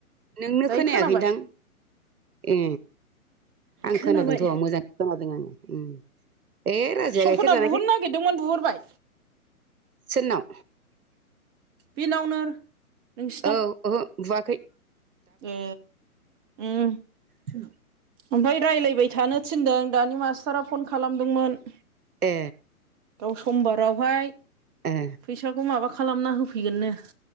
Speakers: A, on the right; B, on the right.
A: नोंनो
B: दायो
A: खोनायाखैदां?
B: खोनाबाय
A: ए आं
B: खोनाबाय
A: खोनादोंथ' मोजां खोनादों आङो उम ए राजाया
B: सपना
A: गाइखेर जानायखाय
B: बुहरनो
A: <inaudible>
B: नागिरदोंमोन बुहरबाय
A: सोरनाव
B: बेनावनो नोंसिनाव
A: औ ओहो बुआखै
B: ए ओम
A: सो
B: आमफाय राय्लायबाय थानो थिनदों दानि मास्टारा फन खालामदोंमोन
A: ए
B: गाव समबारावहाय
A: ए
B: फैसाखौ माबा खालामना होफैगोननो